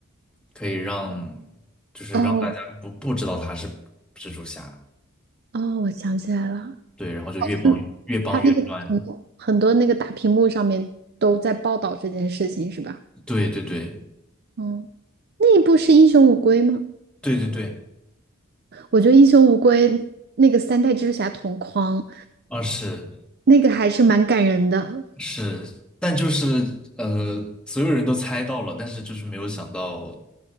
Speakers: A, in the centre; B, on the right.
A: 可以让就是让大家不不知道他是蜘蛛侠，
B: 哦哦，我想起来了，
A: 对，然后就越帮越帮越乱，
B: 嗯，他那个很多很多那个大屏幕上面都在报道这件事情，是吧？
A: 对对对
B: 嗯，那一部是《英雄无归》吗？
A: 对对对，
B: 我觉得《英雄无归》那个三代蜘蛛侠同框，
A: 啊是
B: 那个还是蛮感人的。
A: 是，但就是呃，所有人都猜到了，但是就是没有想到